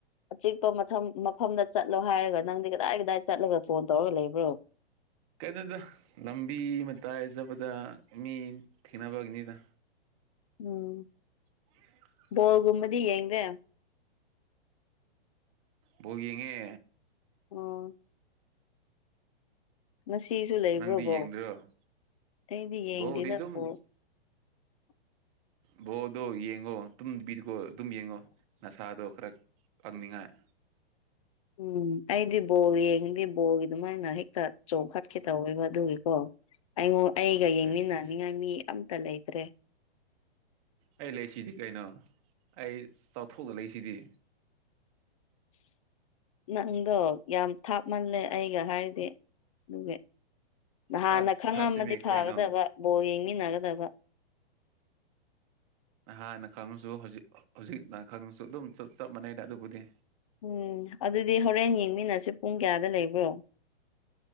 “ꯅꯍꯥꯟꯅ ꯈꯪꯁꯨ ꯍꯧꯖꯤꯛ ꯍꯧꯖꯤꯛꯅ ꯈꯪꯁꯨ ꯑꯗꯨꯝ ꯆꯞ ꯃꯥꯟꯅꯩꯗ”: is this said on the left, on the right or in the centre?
Right